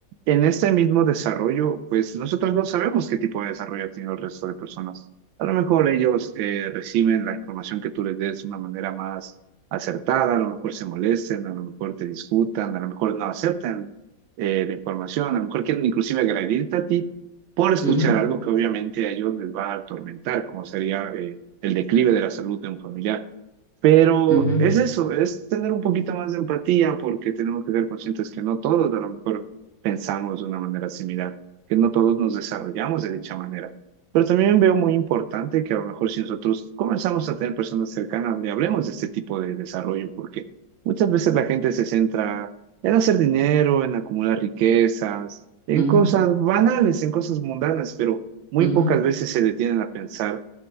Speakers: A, on the right; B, on the right.
A: en este mismo desarrollo, pues nosotros no sabemos qué tipo de desarrollo ha tenido el resto de personas. A lo mejor ellos eh, reciben la información que tú les des de una manera más acertada, a lo mejor se molesten, a lo mejor te discutan, a lo mejor no aceptan eh, la información, a lo mejor quieren inclusive agredirte a ti por escuchar
B: Ujú,
A: algo que obviamente a ellos les va a atormentar, como sería eh, el declive de la salud de un familiar. Pero
B: ujú,
A: es eso, es tener un poquito más de empatía porque tenemos que ser conscientes que no todos a lo mejor pensamos de una manera similar, que no todos nos desarrollamos de dicha manera. Pero también veo muy importante que a lo mejor si nosotros comenzamos a tener personas cercanas, le hablemos de este tipo de desarrollo, porque muchas veces la gente se centra en hacer dinero, en acumular riquezas, en
B: ujú,
A: cosas banales, en cosas mundanas, pero muy
B: ujú.
A: pocas veces se detienen a pensar.